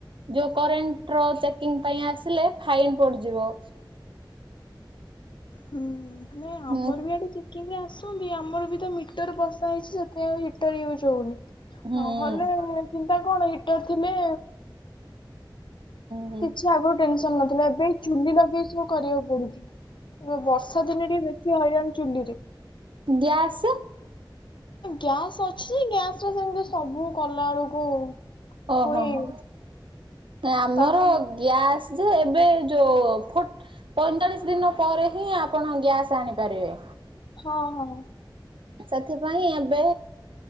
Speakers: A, on the right (about 80°); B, on the left (about 70°).
A: ଯୋଉ କରେଣ୍ଟ ର ଚେକିଙ୍ଗ ପାଇଁ ଆସିଲେ ଫାଇନ୍ ପଡିଯିବ।
B: ହୁଁ ନା
A: ହୁଁ
B: ଆମର ବି ଆଡେ ଚିକେନ୍ ଆସେ। ଆମର ବି ତ ମିଟର ବସା ହେଇଛି ସେଥିପାଇଁ ହିଟର ୟୁଜ୍ ହଉନି। ନ
A: ହୁଁ
B: ହେଲେ ଚିନ୍ତା କଣ ହିଟର ଥିଲେ।
A: ହୁଁ
B: କିଛି ଆଗରୁ ଟେନସନ ନଥିଲା ଏବେ ଚୁଲି ଲଗେଇ ସବୁ କରିବାକୁ ପଡୁଛି। ବର୍ଷା ଦିନ ଟ ବେଶୀ ହଇରାଣି ଚୁଲିରେ।
A: ଗ୍ୟାସ୍।
B: ଗ୍ୟାସ୍ ଅଛି ଯେ ଗ୍ୟାସ ରେ ସେମିତି ସବୁ କଲା ବେଳକୁ
A: ଓ
B: ପୁଣି
A: ହୋ ହ। ଆମର
B: ତାକୁ
A: ଗ୍ୟାସ୍ ଯେ ଏବେ ଯୋଉ ଫୁଟ୍ ପଇଁଚାଳିଶ ଦିନ ପରେ ହିଁ ଆପଣ ଗ୍ୟାସ ଆଣିପାରିବେ।
B: ହଁ ହଁ।
A: ସେଥିପାଇଁ ଏବେ